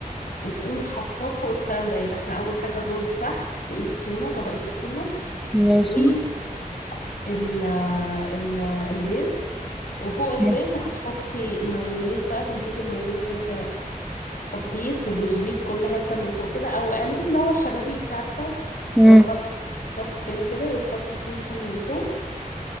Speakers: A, on the left; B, in the centre.
A: وتقومي حاطاه فوق الكلام ده يبقى احنا اول حاجه الرز تحت فوقيه التونه طبقه التونه
B: ماشي
A: وفوقيه ال ال البيض وفوق البيض
B: حلو.
A: هتحطي مايونيز بقى تمسكي المايونيز كده ت- تحطيه تبوظيه في كل حته من فوق كده او اعملي اللي هو الشبابيك عارفه
B: مم.
A: هو خط خط كده كده وتحطي سمسم من فوق